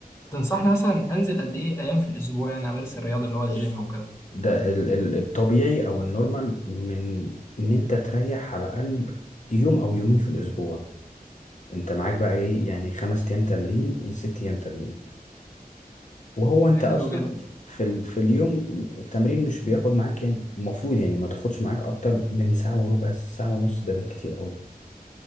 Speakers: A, on the left; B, on the left.
A: تنصحني مثلا انزل قد ايه ايام في الاسبوع يعني امارس الرياضه اللي هو الجيم
B: بص
A: وكده
B: ده ال... ال... الطبيعي او النورمال من ان انت تريح على الاقل يوم او يومين في الاسبوع انت معاك بقى ايه يعني خمس ايام تمرين ست ايام تمرين وهو انت
A: حلو
B: اصلا
A: جدا
B: في ال... في اليوم التمرين مش بياخد معاك يعني المفروض يعني ما تاخدش معاك اكتر من ساعة وربع ساعة ونص ده بالكتير قوي